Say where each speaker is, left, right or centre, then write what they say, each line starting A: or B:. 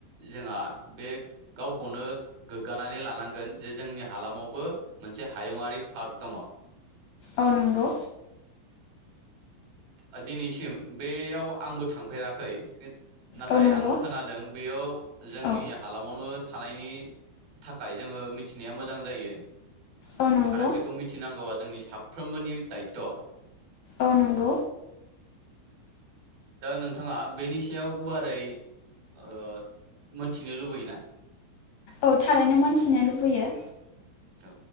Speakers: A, on the right; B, on the left.
A: जोंहा बे गावखौनो गोग्गानानै लानांगोन जे जोंनि हालामावबो मोनसे हायुङरारि पार्क दङ।
B: अ नंगौ।
A: ओ दिनैसिम बेयाव आंबो थांफेराखै खिन नाथाय
B: औ नंगौ
A: आं खोनादों बेयाव जोंनि
B: औ
A: हालामावनो थानायनि थाखाय जोङो मिनथिनाया मोजां जायो।
B: औ नंगौ
A: आरो बेखौ मिथि नांगौआ जोंनि साफ्रोमबोनि दायथ'।
B: औ नंग'
A: दा नोंथाङा बेनि सायाव गुवारै ओ मोनथिनो लुबैयोना?
B: औ थारैनो मोनथिनो लुबैयो।
A: औ